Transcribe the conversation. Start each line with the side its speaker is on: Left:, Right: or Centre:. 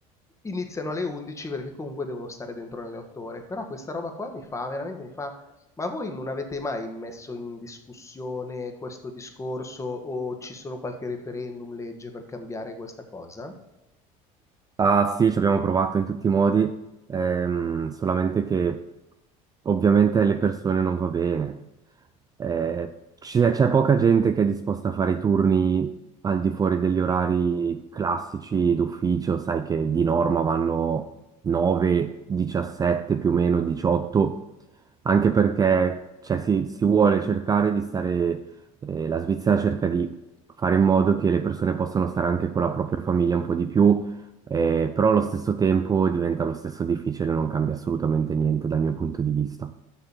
Left: iniziano alle 11 perché comunque devono stare dentro nelle 8 ore. Però questa roba qua mi fa veramente mi fa: "Ma voi non avete mai messo in discussione questo discorso o ci sono qualche referendum, legge per cambiare questa cosa?"
Right: Ah sì, ci abbiamo provato in tutti i modi, ehm, solamente che ovviamente alle persone non va bene. Eh, c'è c'è poca gente che è disposta a fare i turni al di fuori degli orari classici d'ufficio, sai che di norma vanno 9, 17 più o meno, 18, anche perché cioè, si, si vuole cercare di stare, eh, la Svizzera cerca di fare in modo che le persone possano stare anche con la propria famiglia un po' di più eh, però allo stesso tempo diventa lo stesso difficile, non cambia assolutamente niente dal mio punto di vista.